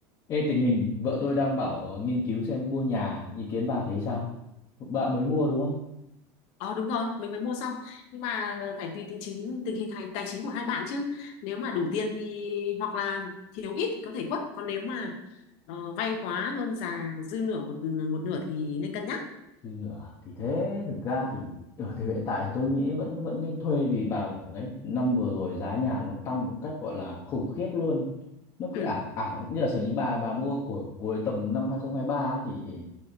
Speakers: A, on the left; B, on the left.
A: Ê, tình hình vợ tôi đang bảo nghiên cứu xem mua nhà, ý kiến bà thấy sao? Bạn mới mua đúng không?
B: Ờ đúng rồi, mình mới mua xong. Nhưng mà phải tùy tình chính tình hình tài, tài chính của hai bạn chứ. Nếu mà đủ tiền thì hoặc là thiếu ít thì có thể quất, còn nếu mà ờ, vay quá hơn giá dư nửa một một nửa thì nên cân nhắc.
A: Thì nửa thì thế thực ra thì ở thì hiện tại thì tôi nghĩ vẫn vẫn nên thuê vì bà bảo đấy năm vừa rồi giá nhà nó tăng một cách gọi là khủng khiếp luôn nó cứ
B: Ừ.
A: ảo ảo ấy. như là sở những bà bà mua của cuối tầm năm 2023 ấy, thì thì